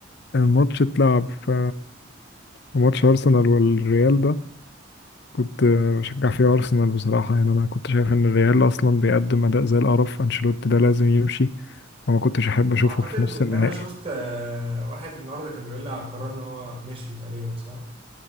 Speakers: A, on the left; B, on the right.
A: الماتش اتلعب ف ماتش ارسنال والريال ده كنت بشجع فيه أرسنال بصراحة يعني أنا كنت شايف إن الريال أصلا بيقدم أداء زي القرف أنشيلوتي ده لازم يمشي وما كنتش أحب أشوفه
B: اعتقد
A: في نص
B: ان
A: النهائي
B: انا شفت آه، واحد النهارده كان بيقول لي على القرار ان هو مشي تقريبا صح